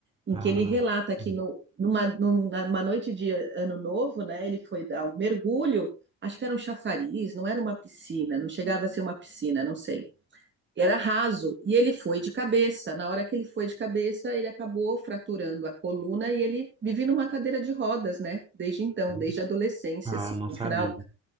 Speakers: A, on the right (about 35°); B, on the right (about 15°).
A: em
B: Ah,
A: que ele relata que
B: hum,
A: no, numa, numa noite de ano novo, né, ele foi dar um mergulho, acho que era um chafariz, não era uma piscina, não chegava a ser uma piscina, não sei. Era raso e ele foi de cabeça. Na hora que ele foi de cabeça, ele acabou fraturando a coluna e ele vive numa cadeira de rodas, né? Desde então,
B: hum.
A: desde a adolescência,
B: Ah,
A: assim,
B: eu não
A: no
B: sabia.
A: final